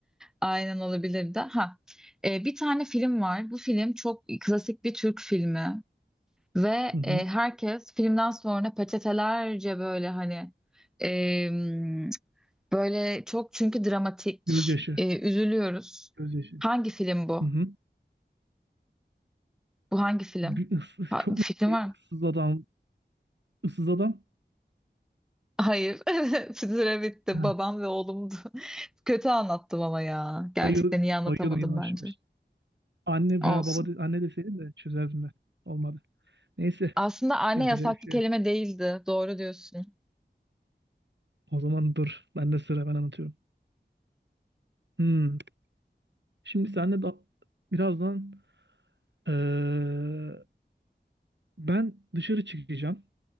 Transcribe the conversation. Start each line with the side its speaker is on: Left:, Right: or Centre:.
Centre: Aynen olabilirdi. Ha, e, bir tane film var. Bu film çok klasik bir Türk filmi ve
Right: Hı hı.
Centre: e, herkes filmden sonra peçetelerce böyle hani e, Böyle çok çünkü dramatik,
Right: Gözyaşı.
Centre: e, üzülüyoruz.
Right: Gözyaşı.
Centre: Hangi film bu?
Right: Hı hı.
Centre: Bu hangi film?
Right: Bir ıssız,
Centre: Ha,
Right: çok
Centre: fikrin
Right: merak ediyorum.
Centre: var mı?
Right: ıssız adam Issız adam.
Centre: Hayır. <laughs> Süre bitti.
Right: Ha,
Centre: Babam ve oğlumdu. <laughs> Kötü anlattım ama ya. Gerçekten
Right: sayıyoruz.
Centre: iyi anlatamadım
Right: Sayıyordum yavaş
Centre: bence.
Right: yavaş. Anne
Centre: Olsun.
Right: veya baba de- anne deseydi de çözerdim de. Olmadı. Neyse.
Centre: Aslında anne
Right: Yapacak
Centre: yasaklı
Right: bir şey
Centre: kelime
Right: yok.
Centre: değildi. Doğru diyorsun.
Right: O zaman dur. Ben de sıra ben anlatıyorum. Hmm. Şimdi senle da birazdan eee, ben dışarı çıkacağım.